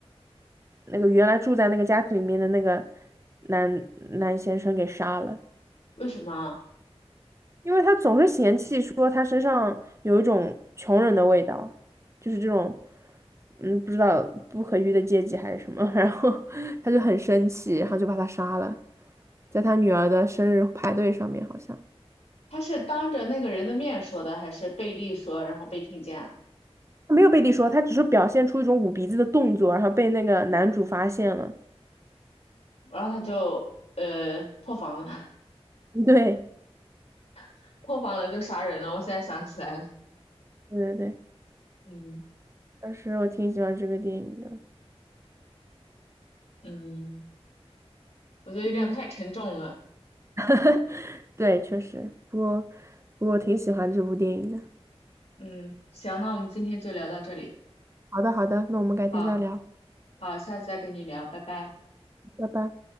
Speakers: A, on the right; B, on the left.
A: 那个原来住在那个家庭里面的那个男男先生给杀了，
B: 为什么啊
A: 因为他总是嫌弃说他身上有一种穷人的味道，就是这种嗯不知道不可遇的阶级还是什么，<laughs> 然后他就很生气，然后就把他杀了，在他女儿的生日派对上面好像。
B: 他是当着那个人的面说的，还是背地说，然后被听见了，
A: 他没有背地说，他只是表现出一种捂鼻子的动作，然后被那个男主发现了。
B: 然后他就呃破防了，
A: <laughs> 对，
B: <laughs> 破防了就杀人了。我现在想起来了，
A: 对对对，
B: 嗯
A: 当时我挺喜欢这个电影的。
B: 嗯，我觉得有点太沉重了。
A: 嗯。<laughs> 对，确实，不过不过我挺喜欢这部电影的。
B: 嗯，行，那我们今天就聊到这里，
A: 好的，好的，那我们改天再聊，
B: 好好，下次再跟你聊，拜拜。
A: 拜拜。